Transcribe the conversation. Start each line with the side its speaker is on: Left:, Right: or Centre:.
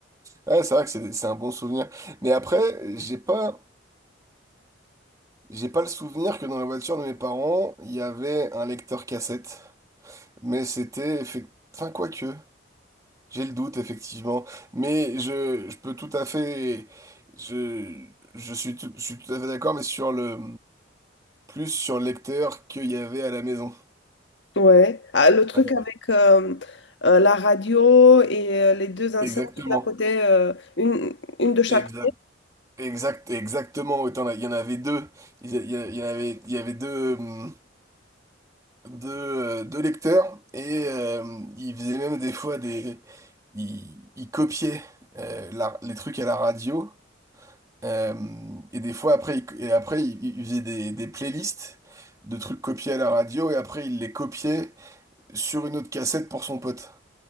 Right: Ouais, c'est vrai que c'est c'est un bon souvenir. Mais après, j'ai pas, j'ai pas le souvenir que dans la voiture de mes parents, il y avait un lecteur cassette. Mais c'était. effect- Enfin, quoique. J'ai le doute, effectivement. Mais je, je peux tout à fait. Je, je suis tout, je suis tout à fait d'accord, mais sur le. Plus sur le lecteur qu'il y avait à la maison.
Left: Ouais. Ah, le truc
Right: Ouais,
Left: avec euh, euh, la radio et euh, les deux enceintes,
Right: Exactement.
Left: une à côté, euh, une, une de chaque.
Right: Exact, exact, exactement. Autant, là, il y en avait deux. Il y, a- il y a- il y en avait, il y avait deux. hum, de, euh, de lecteurs et euh, il faisait même des fois des... Il, il copiait euh, la- les trucs à la radio euh, et des fois après, il, et après il, il faisait des, des playlists de trucs copiés à la radio et après il les copiait sur une autre cassette pour son pote.